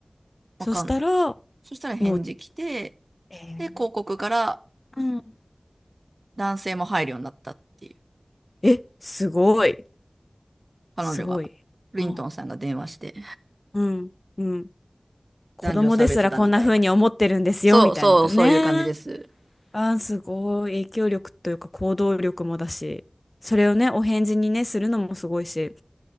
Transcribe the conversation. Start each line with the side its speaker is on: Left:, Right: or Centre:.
Right: わかんない。
Left: そしたら、
Right: そしたら返事来て、
Left: もう、え
Right: で、広告から
Left: ーうん。
Right: 男性も入るようになったっていう。
Left: え、すごい。
Right: 彼女が、
Left: すごい。
Right: リントンさんが電話して、
Left: あ、うん、うん。子供ですらこんな風に思ってるんですよ、
Right: 男女差別だみたいな。そうそう、
Left: みたいなのだよね。
Right: そういう感じです。
Left: あー、すごい影響力というか行動力もだし、それをね、お返事にね、するのもすごいし、